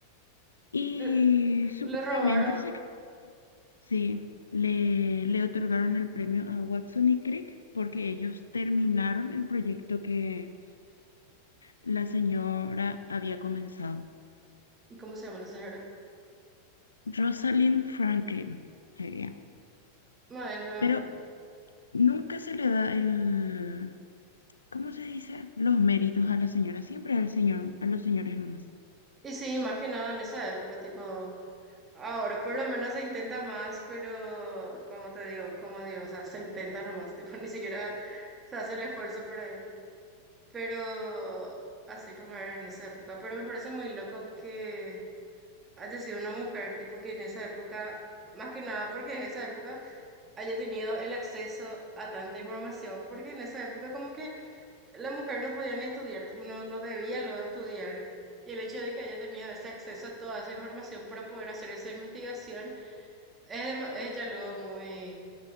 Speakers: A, on the left (about 75°); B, on the right (about 20°).
A: y
B: Le,
A: supuestamente
B: le robaron.
A: se, cre- sí, le, le otorgaron el premio a Watson y Crick porque ellos terminaron el proyecto que la señora había comenzado.
B: ¿Y cómo se llama la señora?
A: Rosalind Franklin sería.
B: Bueno,
A: Pero nunca se le da el ¿Cómo se dice? Los méritos a la señora, siempre al señor, a los señores nomás.
B: y sí, más que nada en esa época, tipo. Ahora por lo menos se intenta más, pero como te digo, como digo, o sea, se intenta nomás, <laughs> tipo, ni siquiera se hace el esfuerzo por ahí. Pero así como era en esa época. Pero me parece muy loco que haya sido una mujer, tipo, que en esa época, más que nada porque en esa época haya tenido el acceso a tanta información, porque en esa época como que la mujer no podía ni estudiar, tipo, no, no debía luego estudiar. Y el hecho de que haya tenido ese acceso a toda esa información para poder hacer esa investigación es, dema- es ya luego muy,